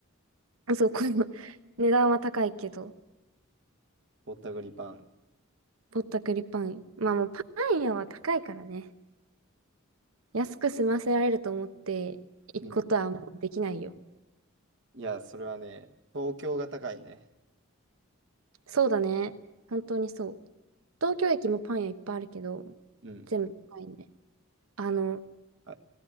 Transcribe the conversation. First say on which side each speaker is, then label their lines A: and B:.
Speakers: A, on the right (about 80°); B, on the right (about 60°).
A: そう、この <laughs> 値段は高いけど、
B: ぼったくりパン。
A: ぼったくりパン。まあもうパン屋は高いからね。安く済ませられると思って行くことはもうできないよ。
B: うん。いや、それはね、東京が高いね。
A: そうだね。本当にそう。東京駅もパン屋いっぱいあるけど、
B: うん。
A: 全部高いね。あの、
B: はい。